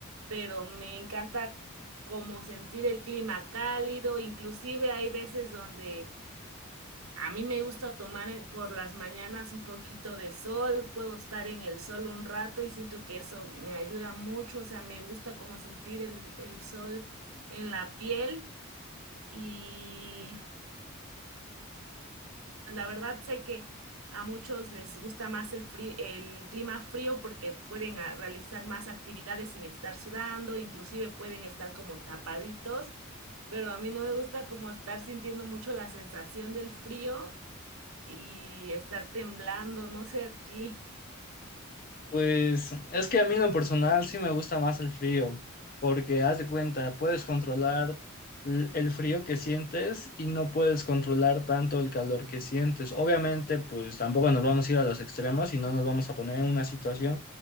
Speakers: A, on the right; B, on the left.
A: pero me encanta como sentir el clima cálido, inclusive hay veces donde A mí me gusta tomar en- por las mañanas un poquito de sol, puedo estar en el sol un rato y siento que eso me ayuda mucho, o sea, me gusta como sentir el, el sol en la piel y la verdad sé que a muchos les gusta más el frí- el clima frío porque pueden ah, realizar más actividades sin estar sudando, inclusive pueden estar como tapaditos, pero a mí no me gusta como estar sintiendo mucho la sensación del frío y estar temblando, no sé a ti.
B: Pues es que a mí en lo personal sí me gusta más el frío, porque haz de cuenta, puedes controlar l- el frío que sientes y no puedes controlar tanto el calor que sientes. Obviamente, pues tampoco nos vamos a ir a los extremos y no nos vamos a poner en una situación